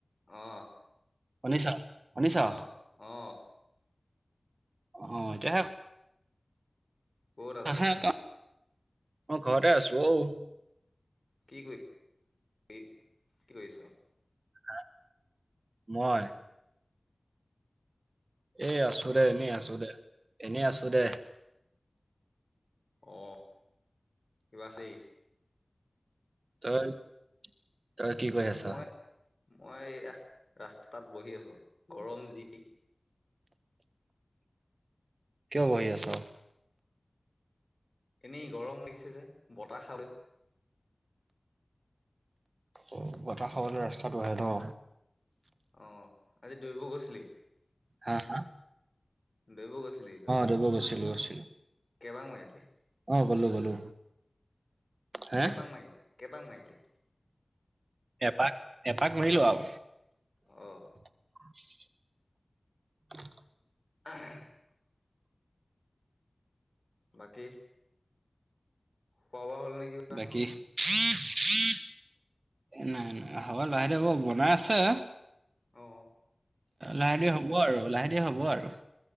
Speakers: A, on the left (about 50°); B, on the right (about 70°).
A: অ
B: শুনিছা শুনিছো
A: অ অ
B: অ এতিয়াহে
A: ক'ত আছ
B: আহা এতিয়া মই ঘৰতে আছো অ
A: কি কৰি কি কৰিছ
B: হা মই এ আছো দে এনেই আছো দে এনেই আছো দে
A: অহ কিবা খালি
B: তই তই কি কৰি
A: আ
B: আছ
A: মই মই এয়া ৰাস্তাত বহি আছো গৰম যি
B: কিয় বহি আছ
A: এনেই গৰম লাগিছে যে বতাহ খাবলে
B: অহ বতাহ খাবলে ৰাস্তাত বহে ন
A: অ আজি দৌৰিব গৈছিলি
B: হা হা
A: দৌৰিব গৈছিলি দৌৰিবলে
B: দৌৰিব গৈছিলো গৈছিলো
A: কেইপাক মাৰিলি
B: অ গলো গলো। হে।
A: কেইপাক মাৰিলি কেইপাক মাৰিলি
B: এপাক এপাক মাৰিলো আও
A: অ।
B: <unintelligible>
A: <unintelligible> বাকী। খোৱা বোৱা হ'ল নেকি
B: বাকী। <unintelligible> এ নাই নাই হব লৰাটোৱে বনাই আছে।
A: অ।
B: লাহে দিহে হ'ব আৰু লাহে দিহে হ'ব আৰু।